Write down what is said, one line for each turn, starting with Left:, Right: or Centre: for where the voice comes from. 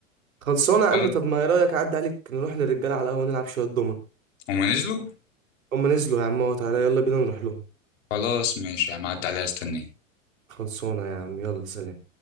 Right: خلصانة يا
Left: خلاص
Right: عم طب ما ايه رأيك اعدي عليك نروح للرجالة على القهوة نلعب شوية دومنة
Left: هما نزلوا
Right: هما نزلوا يا عم اهو تعالى يلا بينا نروح لهم
Left: خلاص ماشي هعدي عليها استني
Right: خلصانة يا عم يلا سلام